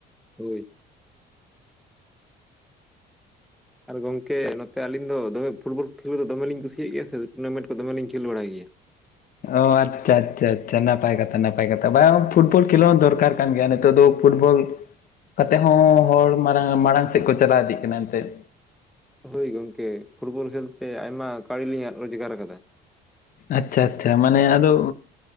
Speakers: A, in the centre; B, on the left.
A: ᱦᱳᱭ ᱟᱨ ᱜᱚᱝᱠᱮ ᱱᱚᱛᱮ ᱟᱹᱞᱤᱧ ᱫᱚᱢᱮ ᱯᱷᱩᱴᱵᱚᱞ ᱠᱷᱮᱞ ᱫᱚ ᱫᱚᱢᱮ ᱞᱤᱧ ᱠᱩᱥᱤᱭᱟᱜ ᱜᱮᱭᱟ ᱥᱮ ᱴᱩᱨᱱᱟᱢᱮᱱᱴ ᱠᱚ ᱫᱚᱢᱮ ᱞᱤᱧ ᱠᱷᱮᱞ ᱵᱟᱲᱟᱭ ᱜᱮᱭᱟ
B: ᱚ ᱟᱪᱪᱷᱟ ᱟᱪᱪᱷᱟ ᱟᱪᱪᱷᱟ ᱱᱟᱯᱟᱭ ᱠᱟᱛᱷᱟ ᱱᱟᱯᱟᱭ ᱠᱟᱛᱷᱟ ᱵᱟ ᱯᱷᱩᱴᱵᱚᱞ ᱠᱷᱮᱞᱚᱜ ᱦᱚᱸ ᱫᱚᱨᱠᱟᱨ ᱠᱟᱱ ᱜᱮᱭᱟ ᱱᱤᱛᱚᱜ ᱫᱚ ᱯᱷᱩᱴᱵᱚᱞ ᱠᱟᱛᱮᱜ ᱦᱚᱸ ᱦᱚᱲ ᱢᱟᱨᱟᱝ ᱢᱟᱲᱟᱝ ᱥᱮᱫ ᱠᱚ ᱪᱟᱞᱟᱣ ᱤᱫᱤᱜ ᱠᱟᱱᱟ ᱮᱱ ᱛᱮᱫ
A: ᱦᱳᱭ ᱜᱚᱝᱠᱮ ᱯᱷᱩᱴᱵᱚᱞ ᱠᱷᱮᱞ ᱛᱮ ᱟᱭᱢᱟ ᱠᱟᱹᱣᱲᱤ ᱞᱤᱧ ᱨᱳᱡᱜᱟᱨ ᱠᱟᱫᱟ
B: ᱟᱪᱪᱷᱟ ᱟᱪᱪᱷᱟ ᱢᱟᱱᱮ ᱟᱫᱚ